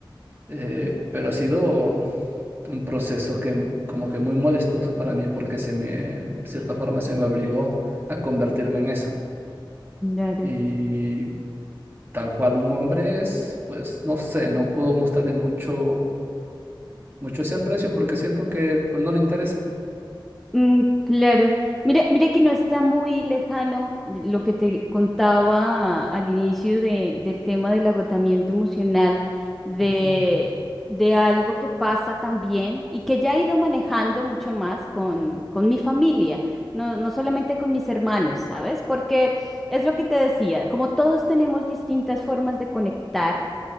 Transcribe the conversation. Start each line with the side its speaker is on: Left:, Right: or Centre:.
Right: Eh, pero ha sido un proceso que como que muy molestoso para mí porque se me, de cierta forma, se me obligó a convertirme en eso.
Centre: Claro.
Right: Y tal cual un hombre es, pues no sé, no puedo mostrarle mucho, mucho ese aprecio porque siento que pues, no le interesa.
Centre: Mm, claro. Mira, mira que no está muy lejano lo que te contaba al inicio de- del tema del agotamiento emocional, de,
Right: Ujú.
Centre: de algo que pasa también y que ya he ido manejando mucho más con, con mi familia, no, no solamente con mis hermanos, ¿sabes? Porque es lo que te decía, como todos tenemos distintas formas de conectar.